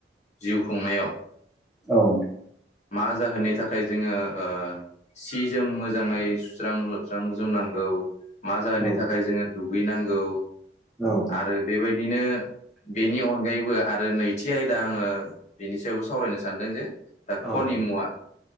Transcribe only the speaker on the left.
जिउ खुंनायाव।
मा जाहोननि थाखाय जोंङो ओ सि जोम मोजाङै सुस्रां लोबस्रां जोमनांगौ मा जाहोननि
थाखाय जोङो दुगैनांगौ
आरो बेबायदिनो बेनि अनगायैबो आं आरो नैथि आयदा आङो बेनि सायावबो सावरायनो सानदों जे दा
कनिमुवा